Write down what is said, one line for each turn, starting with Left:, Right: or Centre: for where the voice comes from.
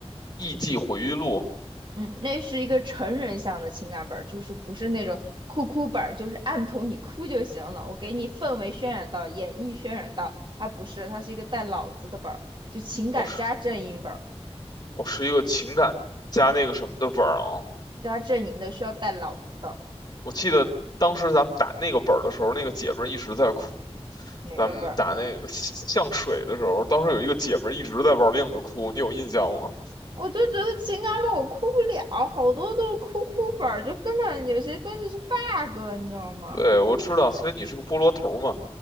Left: 《艺伎回忆录》哦，
Right: 嗯，那是一个成人向的情感本儿，就是不是那种哭哭本儿，就是按头你哭就行了。我给你氛围渲染到，演绎渲染到，它不是，它是一个带脑子的本儿，就情感加阵营本儿，
Left: 我是我是一个情感加那个什么的本儿啊。
Right: 加阵营的需要带脑子的
Left: 我记得当时咱们打那个本儿的时候，那个姐们儿一直在哭。
Right: 哪个本儿？
Left: 咱们打那个像水的时候，当时有一个姐们儿一直在玩命的哭，你有印象吗？
Right: 我就觉得情感本儿我哭不了，好多都是哭哭本儿，就根本有些东西是 bug，你知道吗？
Left: 对，我知道，所以你是个菠萝头儿嘛，